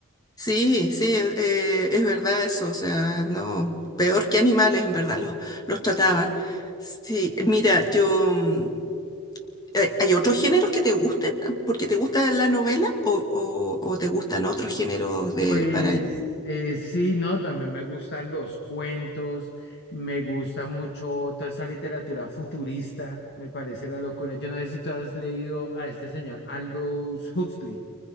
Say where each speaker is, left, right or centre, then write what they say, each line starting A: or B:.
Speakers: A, on the left; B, on the left.
A: Sí, sí, e, eh, es verdad eso, o sea, no, peor que animales en verdad los, los trataban. Sí, mira, yo, mm, eh, ¿hay otros géneros que te gusten? ¿Porque te gusta la novela o, o- o te gustan otros géneros de
B: Pues
A: para...
B: eh, sí, no, también me gustan los cuentos, me gusta mucho toda esa literatura futurista, me parece la locura. Yo no sé si tú has leído a este señor Aldous Huxley.